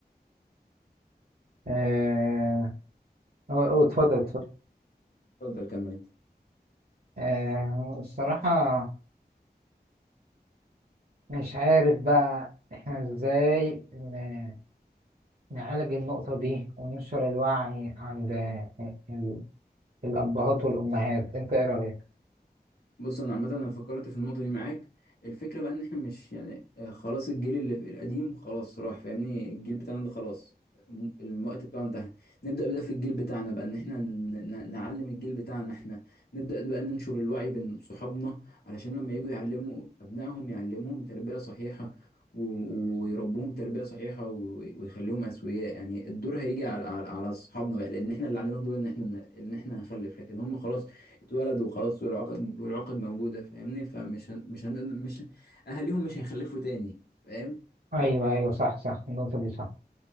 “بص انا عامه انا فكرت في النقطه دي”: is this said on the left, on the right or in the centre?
Left